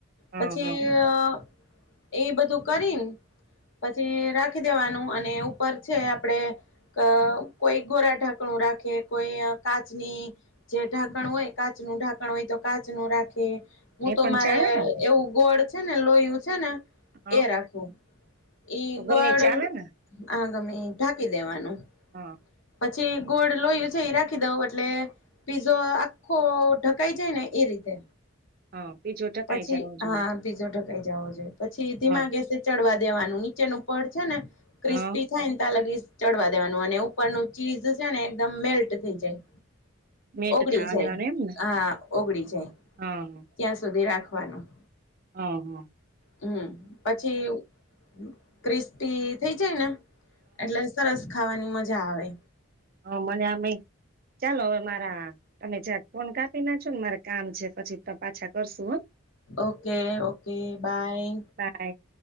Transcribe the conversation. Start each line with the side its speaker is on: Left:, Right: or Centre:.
Right: હા
Left: પછી
Right: હા
Left: અ એય બધું કરીન, પછી રાખી દેવાનું અને ઉપર છે, આપડે ક કોઈ ગોરા ઢાંકણું રાખે, કોઈઅ કાચની જે ઢાંકણ હોય કાચનું ઢાંકણ હોય તો કાચનું રાખે હું
Right: એ
Left: તો
Right: પણ
Left: મારે
Right: ચાલે
Left: એ
Right: ને
Left: એવું ગોડ છે ને લોયુ છે ને.
Right: હા
Left: એ રાખો. ઈ
Right: તો ગમે
Left: ગોડલ
Right: ચાલે ને
Left: આહ ગમ્મે ઈ ઢાકી દેવાનું.
Right: હા
Left: પદ છી ગોડ લોહી છે ઈ રાખી દઉ, અટલે પીઝો આ ખો ઢકાઈ જાય ને એ રીતે.
Right: હા. બીજું ટકાઈ
Left: પછી
Right: જવું જોઈએ
Left: હા, પીજો ઢકાઈ જાવો જોએ. પછી ધીમા
Right: હા
Left: ગેસે ચડવા દેવાનું નીચેનું પડ છે ને ક્રિસ્પી
Right: હા
Left: થાયન તા લગીઝ ચડવા દેવાનું અને ઉપરનું ચીઝ છે ને એકદમ મેલ્ટ થઈ જાય.
Right: મેટ
Left: ઓગળી
Right: છાણા
Left: જાય.
Right: દેવાનું એમ ને
Left: આહા, ઓગળી જાય.
Right: હા
Left: ત્યાં સુધી રાખ થવાનું
Right: હહ.
Left: હમ. પછી હમ. ક્રિસ્પી થઈ જાય ને એટલે સરસ ખાવાની મજા આવે.
Right: હ. મને આમેય ચાલો, હવે મારા તમે જ્યાં ફોન કાપી ના છો ન મારે કામ છે. પછી તો પાછા કરશું હો?
Left: Okay okay bye.
Right: બાય